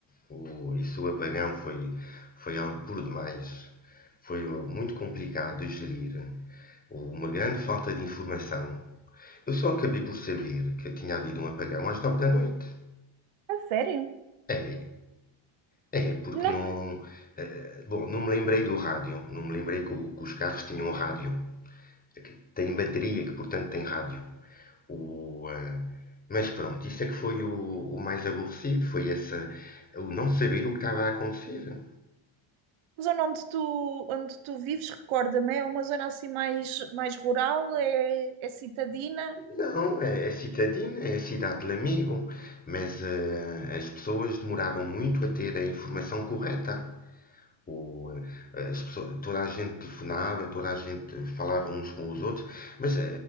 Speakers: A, on the left (about 20°); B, on the right (about 80°).
A: O, isso, o apagão foi, foi algo por demais. Foi oh, muito complicado de gerir. Oh, Uma grande falta de informação. Eu só acabei por saber que tinha havido um apagão às nove da noite.
B: A sério?
A: É, é, porque
B: Não,
A: não. eh, bom, não me lembrei do rádio. Não me lembrei que, que os carros tinham rádio. É que tem bateria, que portanto tem rádio. O, ah, mas pronto, isso é que foi o, o mais aborrecido, foi essa, o não saber o que estava a acontecer.
B: a zona onde tu, onde tu vives, recorda-me, é uma zona assim mais, mais rural, é, é citadina.
A: Não, é, é citadina, é a cidade do amigo, mas ah, as pessoas demoraram muito a ter a informação correta. O, ah, as pessoas, toda a gente telefonava, toda a gente falava uns com os outros, mas ah,